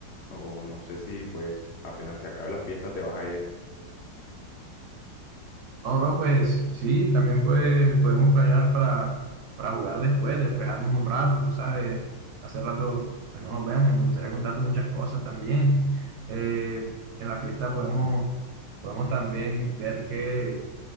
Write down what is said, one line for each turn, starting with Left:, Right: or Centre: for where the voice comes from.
Left: o no sé si pues apenas se acabe la fiesta te vas a ir.
Right: No, bro, pues sí, también pues, podemos planear para, para jugar después, despejarnos un rato, tú sabes. Hace rato, bueno, nos vemos y me gustaría contarte muchas cosas también. Eh, en la fiesta podemos, podemos también ver qué